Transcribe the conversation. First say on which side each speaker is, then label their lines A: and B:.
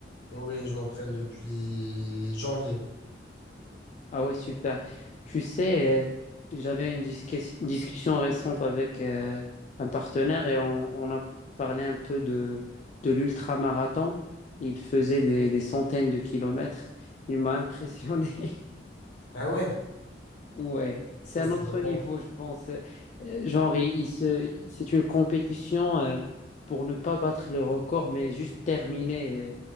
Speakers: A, on the left; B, on the left.
A: Oui, je m'entraîne depuis janvier.
B: Ah oui, super. Tu sais, euh, j'avais une disque- discussion récente avec euh, un partenaire et on, on a parlé un peu de, de l'ultra-marathon. Il faisait des, des centaines de kilomètres. Il m'a impressionné. <laughs>
A: Ah ouais?
B: Ouais,
A: Ça,
B: c'est un
A: c'est
B: autre
A: vraiment.
B: niveau, je pense. Euh, genre, il, il se, il- c'est une compétition euh, pour ne pas battre le record, mais juste terminer euh,